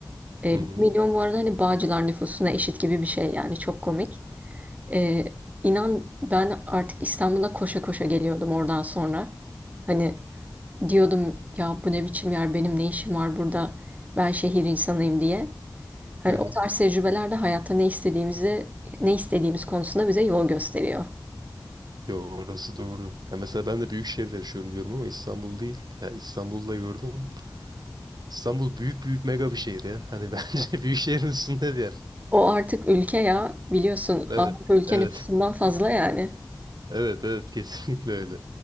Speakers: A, on the right (about 20°); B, on the right (about 65°).
A: E,
B: Hı hı,
A: 1 milyon bu arada hani Bağcılar nüfusuna eşit gibi bir şey yani çok komik. E, inan ben artık İstanbul'a koşa koşa geliyordum oradan sonra. Hani diyordum ya bu ne biçim yer benim ne işim var burada ben şehir insanıyım diye. Hani
B: hı hı.
A: o tarz tecrübeler de hayatta ne istediğimizi, ne istediğimiz konusunda bize yol gösteriyor.
B: Yo orası doğru. Ya mesela ben de büyük şehirde yaşıyorum diyorum ama İstanbul değil. Ya İstanbul'da gördüm. İstanbul büyük büyük mega bir şehir ya. Hani <laughs> bence büyük şehrin üstünde bir yer.
A: O artık ülke ya, biliyorsun
B: Evet.
A: Avrupa ülke
B: Evet.
A: nüfusundan fazla yani.
B: Evet evet kesinlikle öyle.